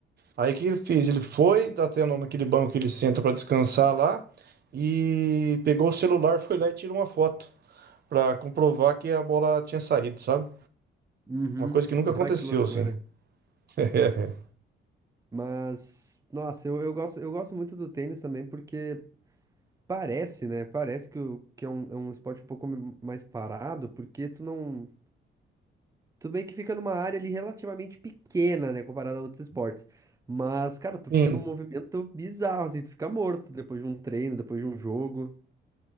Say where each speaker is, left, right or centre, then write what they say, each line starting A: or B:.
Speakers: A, on the right (about 55°); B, on the right (about 15°).
A: Aí o que ele fez? Ele foi dá até no- naquele banco que ele senta para descansar lá e pegou o celular, foi lá e tirou uma foto pra comprovar que a bola tinha saído, sabe?
B: uhum.
A: Uma coisa que nunca
B: <laughs>
A: aconteceu,
B: Ah, que loucura.
A: assim. <laughs>
B: Mas, nossa, eu, eu gosto, eu gosto muito do tênis também porque parece, né? Parece que, o- que é um, é um esporte um pouco mais parado, porque tu não. Tudo bem que fica numa área ali relativamente pequena, né, comparado a outros esportes. Mas, cara, tu
A: Sim,
B: fica num movimento bizarro, assim, tu fica morto depois de um treino, depois de um jogo.